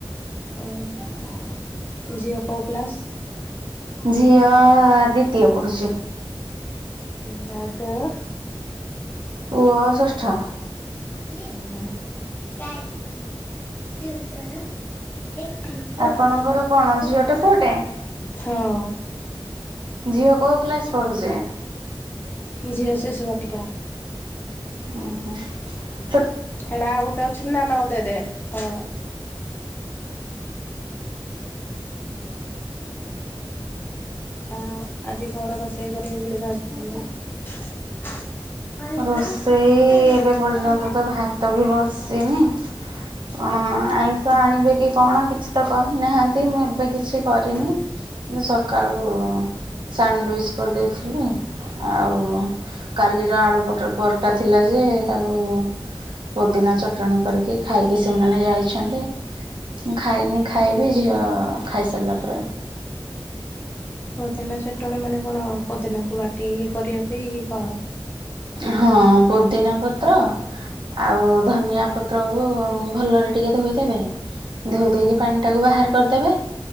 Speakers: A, on the left; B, on the right.
A: ହୁଁ ଝିଅ କୋଉ କ୍ଲାସ?
B: ଝିଅ ଦ୍ଵିତୀୟ ପଢୁଛି।
A: ଉଁ ଆଉ ପୁଅ?
B: ପୁଅ ଷଷ୍ଠ।
A: ହୁଁ ହୁଁ। ହଁ।
B: ଆପଣଙ୍କର କଣ ଝିଅଟେ ପୁଅଟେ? ଝିଅ କୋଉ କ୍ଲାସ୍ ପଢ଼ୁଛି?
A: ଝିଅ ଶିଶୁ ବାଟିକା।
B: ଅ ହଁ।
A: ହେଡା ଆଉ ଗୋଟେ ଅଛି ନ ନଉ ଦେ ଦେ ହଁ। ଆ ଆଜି କଣ ରୋଷେଇ କରିବେ ବୋଲି ଭାବିଛନ୍ତି? ପୋଦିନା
B: ରୋଷେଇ ଏବେ ପର୍ଯ୍ୟନ୍ତ ତ ଭାତ ବି ବସିନି। କଣ ଆଇଁଷ ଆଣିବେ କି କଣ କିଛି ତ କହିନାହାନ୍ତି ମୁଁ ଏବେ କିଛି କରିନି।
A: <inaudible>
B: କିନ୍ତୁ ସକାଳୁ ସାଣ୍ଡୱିଚ୍ କରିଦେଇଥିଲି ଆଉ କାଲିର ଆଳୁ ପରଟା ଥିଲା ଯେ ତାକୁ ପୁଦିନା ଚଟଣୀ କରିକି ଖାଇକି ସେମାନେ ଯାଇଛନ୍ତି। ମୁଁ ଖାଇନି ଖାଇବି ଝିଅ ଖାଇସାରିଲା ପରେ।
A: ପୋଦିନା ଚଟଣି ମାନେ କଣ ପୋଦିନାକୁ ବାଟି କି କରିଛନ୍ତି କି କଣ?
B: ହଁ ପୋଦିନା ପତ୍ର ଆଉ ଧନିଆ ପତ୍ରକୁ ଭଲରେ ଟିକେ ଧୋଇଦବେ ଧୋଇ ଦେଇକି
A: ହଁ
B: ପାଣି ତାକୁ ବାହାର କରିଦେବେ